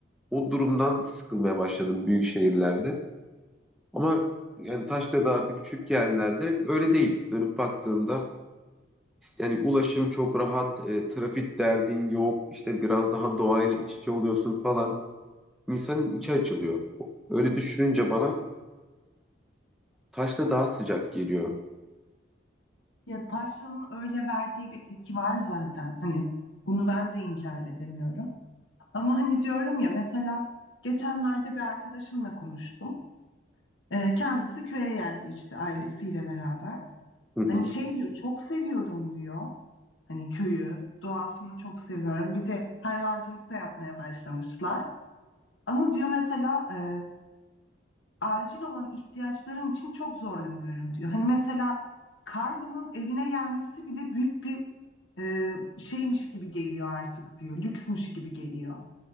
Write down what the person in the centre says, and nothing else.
o durumdan sıkılmaya başladım büyük şehirlerde. Ama yani Taşdağ'da küçük yerlerde öyle değil. Dönüp baktığında işte yani ulaşım çok rahat, e, trafik derdin yok, işte biraz daha doğayla iç içe oluyorsun falan. İnsanın içi açılıyor. Öyle düşününce bana Taşda daha sıcak geliyor.
Hı hı.